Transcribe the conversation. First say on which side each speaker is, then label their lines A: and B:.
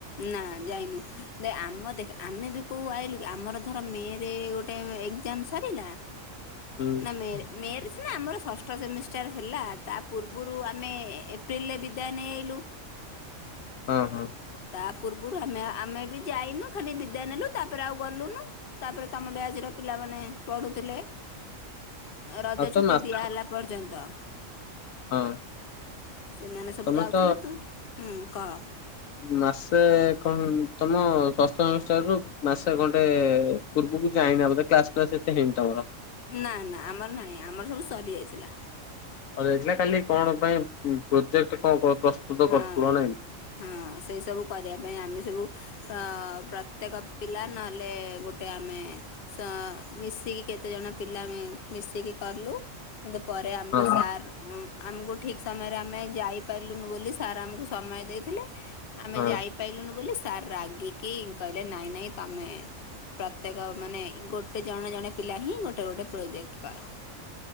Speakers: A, on the left; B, on the left.
A: ନା ଯାଇନୁ ଦେଖେ ଆମ ଦେଖ ଆମେବି କୋଉ ଆଇଲୁକି ଆମର ଧର ମେରେ ଗୋ ଗୋଟେ ଏଗ୍ଜାମ୍ ସରିଲା
B: ହୁଁ
A: ନା ମେରେ ମେରେ ସିନା ଆମର ଷଷ୍ଠ ସେମିଷ୍ଟାର ହେଲା ତାପୂର୍ବରୁ ଆମେ ଏପ୍ରିଲରେ ବିଦାୟ ନେଇ ଆଇଲୁ
B: ହଁ ହଁ।
A: ତା ପୂର୍ବରୁ ଆମେ ଆମେବି ଯାଇନୁ ଖାଲି ବିଦାୟ ନେଲୁ ତାପରେ ଆଉ ଗଲୁନୁ ତାପରେ ତମ ବ୍ୟାଚ୍ ର ପିଲାମାନେ ପଢୁଥିଲେ ରଜ
B: ଆଉ ତ
A: ଛୁଟି
B: ମାସେ
A: ଦିଆହେଲା ପର୍ଯ୍ୟନ୍ତ
B: ହଁ
A: ସେମାନେ ସବୁ
B: ତମେ
A: ଯାଉଥିଲେୁ
B: ତ
A: ତୁ ହୁଁ କହ?
B: ମାସେ ଖନ୍ ତମ ଷଷ୍ଠ ସେମିଷ୍ଟରର ମାସେ ଖଣ୍ଡେ ପୂର୍ବକୁ ଯାଇନା ବୋଧେ କ୍ଲାସ୍ ଫ୍ଲାସ୍ ଏତେ ହେଇନି ତମର?
A: ନା ନା ଆମର ନାହିଁ ଆମର ସବୁ ସରି ଯାଇଥିଲା।
B: ସରିଯାଇଥିଲା ଖାଲି କଣ ପାଇଁ ପ୍ରୋଜେକ୍ଟ କଣ ପ୍ରସ୍ତୁତ
A: ହଁ।
B: କରୁଥିବ ନାଇଁ?
A: ହଁ ସେଇ ସବୁ କରିବା ପାଇଁ ଆମେ ସବୁ ପ୍ର ପ୍ରତ୍ୟେକ ପିଲା ନହେଲେ ଗୋଟେ ଆମେ ସ ମିଶିକି କେତେ ଜଣ ପିଲା ମିଶିକି କଲୁ କିନ୍ତୁ ପରେ ଆମକୁ
B: ହଁ
A: ସାର୍ ଆମକୁ ଠିକ୍ ସମୟରେ ଆମେ ଯାଇପାରିଲୁ ନୁ ବୋଲି ସାର୍ ଆମକୁ ସମୟ ଦେଇଥିଲେ ଆମେ
B: ହଁ
A: ଯାଇ ପାରିଲୁନୁ ବୋଲି ସାର୍ ରାଗିକି କହିଲେ ନାଇଁ ନାଇଁ ତମେ ପ୍ରତ୍ୟେକ ମାନେ ଗୋଟେ ଜଣେ ଜଣେ ପିଲାହିଁ ଗୋଟେ ଗୋଟେ ପ୍ରୋଜେକ୍ଟ କର।